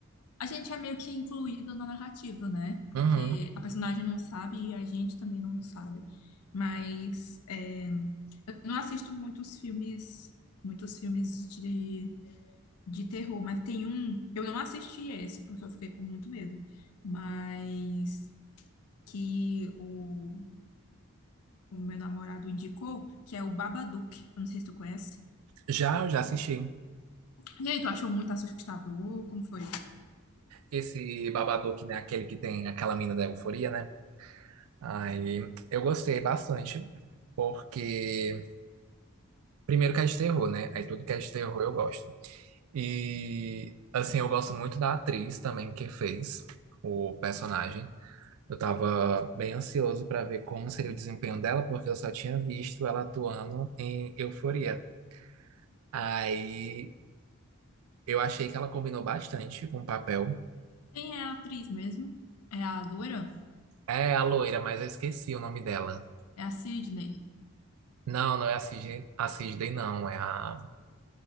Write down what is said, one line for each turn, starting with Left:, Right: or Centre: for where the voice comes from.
Left: a gente é meio que incluído na narrativa, né? Porque
Right: Uhum.
Left: a personagem não sabe e a gente também não sabe. Mas é, eu não assisto muitos filmes, muitos filmes de, de terror, mas tem um, eu não assisti esse porque eu fiquei com muito medo, mas que o o meu namorado indicou, que é o Babadook. Eu não sei se tu conhece.
Right: Já, eu já assisti.
Left: E aí, tu achou muito assustador? Como foi?
Right: esse Babadook, né? Aquele que tem aquela mina da euforia, né? Aí eu gostei bastante, porque primeiro que é de terror, né? Aí tudo que é de terror eu gosto. E assim, eu gosto muito da atriz também que fez o personagem. Eu tava bem ansioso pra ver como seria o desempenho dela, porque eu só tinha visto ela atuando em Euforia. Aí eu achei que ela combinou bastante com o papel.
Left: Quem é a atriz mesmo? É a loira?
Right: É a loira, mas eu esqueci o nome dela.
Left: É a Sydney?
Right: Não, não é a Cis- a Cisne, não. É, a,